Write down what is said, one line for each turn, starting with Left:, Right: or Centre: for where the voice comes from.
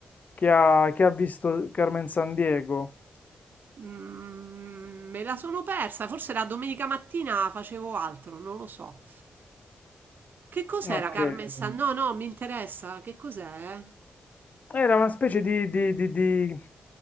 Left: Chi ha, chi ha visto Carmen San Diego?
Right: Mm, me la sono persa, forse la domenica mattina facevo altro, non lo so. Che cos'era
Left: Ok.
Right: Ah, Carmen San? No, no, mi interessa. Che cos'è? Ah,
Left: Era una specie di, di- di- di-